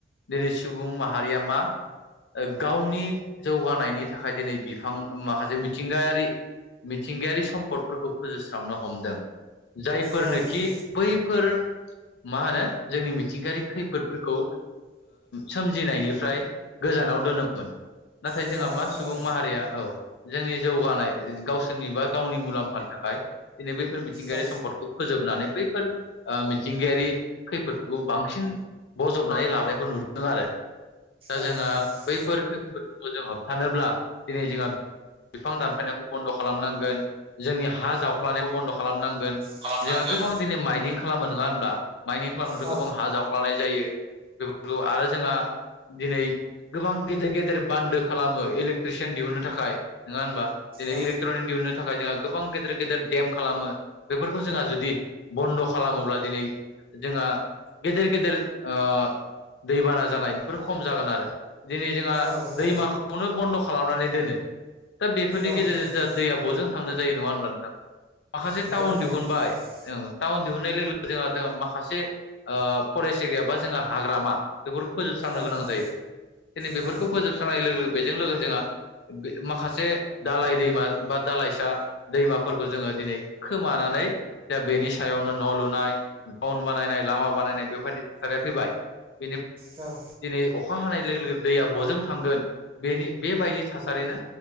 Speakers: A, on the left; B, on the right.
A: दिनै सुबुं माहारिया मा गावनि जौगानायनि थाखाय दिनै बिफां माखासे मिथिंगायारि मिथिंगायारि सम्पदफोरखौ फोजोबस्रांनो हमदों। जायफोरनोखि
B: औ औ
A: बैफोर मा होनो जोंनि मिथिंगायारि खैफोदफोरखौ सोमजिनायनिफ्राय गोजानाव दोनोम नाथाय
B: गोजानाव
A: जोंहा मा
B: दोनो
A: सुबुं
B: औ
A: माहारिया औ। जोंनि जौगानाय गावसोरनि बा गावनि मुलाम्फानि थाखाय दिनै बैफोर मिथिंगायारि
B: औ
A: सम्पदखौ फोजोबनानै बैफोर ओ मिथिंगायारि खैफोदखौ बांसिन नानै लानायखौ नुदों आरो दा
B: औ
A: जोंहा
B: औ औ
A: बैफोर खफोरखौ जों होबथानोब्ला दिनै जोंहा बिफां दानफायनायखौ बन्द' खालामनांगोन जोंनि हा जावख्लनायखौ बन्द' खालामनां गोन
B: खालामनांगोन
A: जोंहा गोबां दिनै माइनिं खालामो नङा होनब्ला माइनिं खालामनोथ'
B: औ
A: गोबां हा जावफ्लानाय जायो। बेफोरखौ आरो जोंहा दिनै गोबां गेदेर गेदेर बान्दो खालामो इलेक्ट्रिसियान दिहुनो थाखाय नङा होनबा दिनै
B: औ
A: इलेक्ट्रनिक दिहुननो थाखाय जोंहा गोबां गेदेर गेदेर देम खालामो बेफोरखौ जोंहा जुदि बन्द' खालामोब्ला दिनै जोंहा गेदेर- गेदेर ओ दैबाना जानाय बेफोरो खम जागोन आरो दिनै जोंहा
B: औ
A: दैमाखौ बेखौनो बन्द' खालामनानै दोनो दा बेफोरनि
B: औ
A: गेजेरजों
B: औ
A: जोंहा
B: औ
A: दैया बजों थांनो जायो नङा होनब्ला नोंथां माखासे
B: नंगौ
A: टाउन
B: थारैनो
A: दिहुनबाय
B: थारैनो
A: टाउन दिहुननाय लोगो लोगो जोंहा जों माखासे फरेस्ट एरिया बा जोंहा हाग्रामा बेफोर फोजोबस्रांनो
B: औ
A: गोनां
B: औ
A: जायो दिनै बेफोरखौ
B: औ
A: फोजोबस्रांनाय लोगो लोगो बेजों जोहा माखासे दालाइ दैमा बा दालाइसा दैमाफोरखौ जोङो दिनै खोमानानै दा बेनि सायावनो न' लुनाय, टाउन बानायनाय, लामा बानायनाय बेबायदि थासारिया फैबाय बेनि
B: औ
A: दिनै अखा हानाय लोगो लोगो दैया बजों थांगोन बेनि बेबायदि थासारिनो